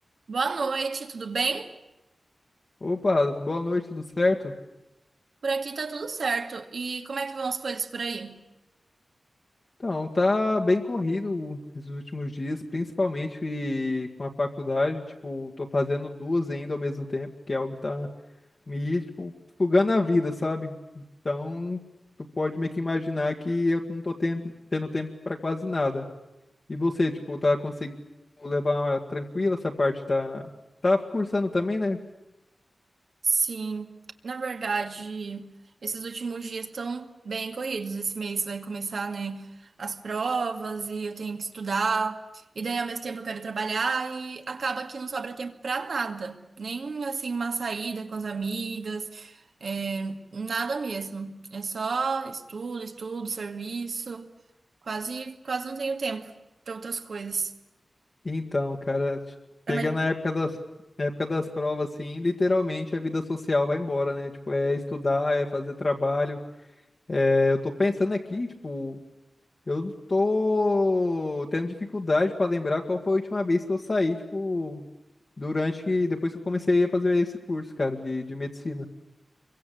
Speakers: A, on the right; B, on the left.
A: Boa noite, tudo bem?
B: Opa, boa noite, tudo certo?
A: Por aqui tá tudo certo. E como é que vão as coisas por aí?
B: Então, tá bem corrido esses últimos dias, principalmente com a faculdade, tipo, tô fazendo duas ainda ao mesmo tempo, que é algo que tá me, tipo, sugando a vida, sabe? Então, tu pode meio que imaginar que eu não tô tendo, tendo tempo pra quase nada. E você, tipo, tá conseguindo levar tranquila essa parte, tá, tá cursando também, né?
A: Sim, na verdade, esses últimos dias estão bem corridos. Esse mês vai começar, né, as provas e eu tenho que estudar. E daí, ao mesmo tempo, eu quero trabalhar e acaba que não sobra tempo pra nada. Nem, assim, uma saída com as amigas, é, nada mesmo. É só estudo, estudo, serviço. Quase, quase não tenho tempo pra outras coisas.
B: Então, cara,
A: É
B: chega
A: uma
B: na época das, época das provas, assim, literalmente a vida social vai embora, né? Tipo, é estudar, é fazer trabalho. É, eu tô pensando aqui, tipo, eu tô tendo dificuldade pra lembrar qual foi a última vez que eu saí, tipo, durante que, depois que eu comecei a fazer esse curso, cara, de, de medicina.